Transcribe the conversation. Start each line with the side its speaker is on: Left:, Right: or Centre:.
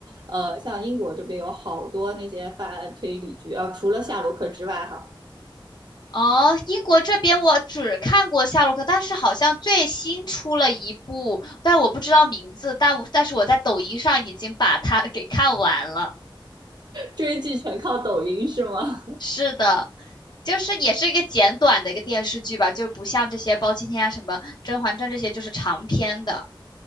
Right: 呃像英国这边有好多那些犯案推理剧啊、除了夏洛克之外哈，
Left: 哦，英国这边我只看过夏洛克，但是好像最新出了一部，但我不知道名字，但我但是我在抖音上已经把它给看完了。
Right: 追剧全靠抖音是吗？<laughs>
Left: 是的，就是也是一个简短的一个电视剧吧，就是不像这些包青天啊、什么《甄嬛传》这些就是长篇的。